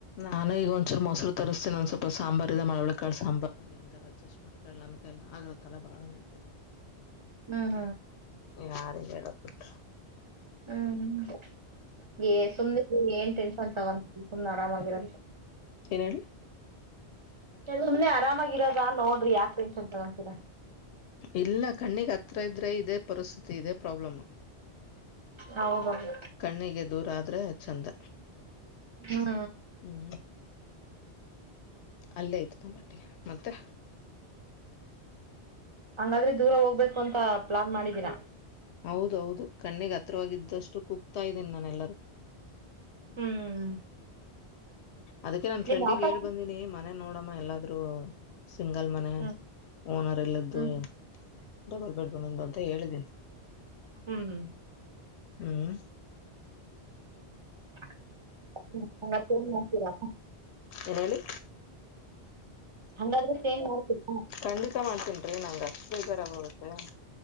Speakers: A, on the left (about 80°); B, on the right (about 30°).
A: ನಾನು ಈಗ ಒಂದಚೂರುೊಸರು ತರಿಸಸ್ತೀನ ಒಂದ ಸ್ವಲ್ಪ ಸಾಂಬಾರಾರ್ ಇದೆ ಮಳವಳಕಾಳ ಸಾಂಬಾರ್ು ಹೆಂಗಾರ ಅಡ್ಜಸ್ಟ್ ಮಾಡ್ಕ ನನ್ಕಲ್ಲ ಆಗ್ಲತ್ತಲ್ಲ ಬಾಳ ನಂತ
B: ಹ್ಮ್
A: ಯಾರ ಹೇಳ ಪಟ
B: ಹ್ಮ್ ಹ್ಮ ಸುಮ್ನೆ ಏನ್ ಟೆನ್ಷನ್ ತಗೊ ಸುಮ್ನೆ ಆರಾಮಾಗಿರ
A: <unintelligible>
B: ಸುಮ್ನೆ ಆರಾಮಾಗಿ ಇರದ ನೋಡ್ರಿ ಯಾಕೆ ಟೆನ್ಷನ್ ತಗೊಂತೀರಾ
A: ಇಲ್ಲ ಕಣ್ಣಿಗೆ ಹತ್ರ ಇದ್ರೆ ಇದೇ ಪರಿಸ್ಥಿತಿ ಇದೆ ಪ್ರಾಬ್ಲಮ
B: ಹೌದೌದು
A: ಕಣ್ಣಿಗೆ ದೂರಾದ್ರೆ ಚಂದ
B: ಹ್ಮ
A: ಹ್ಮ್ ಅಲ್ಲೇ ಐ್ತ ತಂಬಾಟ್ಟಿ ಮತ್ತೆ
B: ಹಂಗಾದ್ರೆ ದೂರ ಹೋಗ್ಬೇಕು ಅಂತ ಪ್ಲಾನ್ ಮಾಡಿದೀರಾ
A: ಹೌದೌದು ಕಣ್ಣಿಗೆ ಹತ್ರವಾಗಿದ್ದಷ್ಟು ಕುೂಗ್ತಾ ಇದ್ದೀನಿ ನಾನೆಲ್ಲರೂ
B: ಹ್ಮ್
A: ಅದಕ್ಕೆ ನನ್ ಫ್ರೆಂಡಿಗೆ
B: ನಿಮ್ ಆತರ
A: ಹೇಳ್ ಬಂದೀನಿ ಮನೆ ನೋಡಮ್ಮ ಎಲ್ಲಾದ್ೂ ಸಿಂಗಲ್ ಮನೆ
B: ಹ್ಮ್
A: ಓನರ್ ಇಲ್ಲದ್ದು
B: ಹ್ಮ್
A: ಡಬಲ್ ಬೆಡ್ರೂಮ್ ಇಂದು ಅಂತ ಹೇಳಿದೀನಿ
B: ಹ್ಮ್
A: ಹ್ಮ್
B: ರ
A: ಏನಡಿ
B: ಹಂಗಾದ್ರೆ ಚೇಂಜ್ ಮಾಡ್ತೀರಿ
A: ಖಂಡಿತ ಮಾಡ್ತೀನಿ ರಿ ನಂ ಅಷ್ಟು ಬೇಜಾರಗೋಗುತ್ತೆ